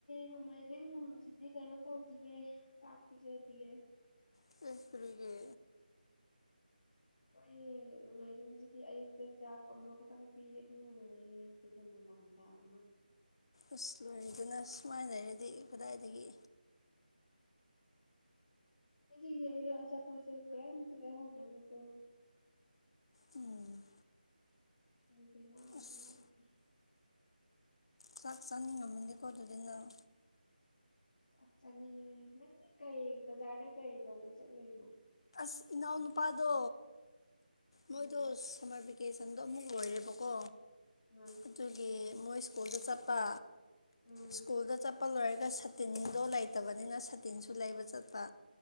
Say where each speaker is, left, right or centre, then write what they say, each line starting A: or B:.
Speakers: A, on the left; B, on the left.
A: ꯅꯣꯡꯃꯥꯏꯖꯤꯡ ꯉꯝꯕꯁꯤꯗꯤ ꯀꯩꯅꯣ ꯇꯧꯗꯤꯌꯦ ꯆꯥꯛ ꯄꯤꯖꯗꯤꯌꯦ
B: ꯏꯁ ꯀꯔꯤꯒꯤ
A: ꯍꯣꯏ ꯃꯥꯏꯖꯟꯁꯤꯗꯤ ꯑꯌꯨꯛꯇ ꯆꯥꯛ ꯑꯃꯈꯛꯇꯪ ꯄꯤꯌꯦ ꯑꯗꯨ ꯑꯣꯏꯌꯦ ꯑꯗꯨꯒ ꯅꯍꯥꯟ ꯗ ꯑꯃ
B: ꯑꯁ ꯂꯣꯏꯔꯤꯗꯨꯅ ꯁꯨꯃꯥꯏꯅ ꯂꯩꯔꯗꯤ ꯀꯗꯥꯏꯗꯒꯤ
A: ꯑꯗꯨꯒꯤ ꯑꯆꯥꯄꯣꯠ ꯇꯣ ꯀꯩꯝꯇ ꯂꯩꯍꯧꯗꯔꯦꯕ ꯀꯣ
B: ꯎꯝ
A: <unintelligible>
B: ꯑꯁ ꯆꯥꯛ ꯆꯥꯅꯤꯡ ꯉꯝꯃꯤꯅꯤꯀꯣ ꯑꯗꯨꯗꯤ ꯅꯪ
A: ꯆꯥꯛ ꯆꯥꯅꯤꯡꯉꯦ ꯅꯪꯗꯤ ꯀꯩ ꯕꯖꯥꯔꯗ ꯀꯩ ꯇꯧꯕ ꯆꯠꯂꯤꯅꯣ
B: ꯑꯁ ꯏꯅꯥꯎ ꯅꯨꯨꯄꯥꯗꯣ ꯃꯣꯏꯗꯣ
A: ꯎꯝ
B: ꯁꯝꯃꯔ ꯕꯤ ꯚꯦꯀꯦꯁꯟꯗꯣ ꯑꯃꯨꯛ ꯂꯣꯏꯔꯦꯕꯀꯣ
A: ꯎꯝ
B: ꯑꯗꯨꯒꯤ ꯃꯣꯏ ꯁ꯭ꯀꯨꯜꯗ ꯆꯠꯄ
A: ꯎꯝ
B: ꯁꯀꯨꯜꯗ ꯆꯠ ꯀꯞꯄ ꯂꯣꯏꯔꯒ ꯁꯇꯤꯟꯗꯣ ꯂꯩꯇꯕꯅꯤꯅ ꯁꯇꯤꯟꯁꯨ ꯂꯩꯕ ꯆꯠꯄ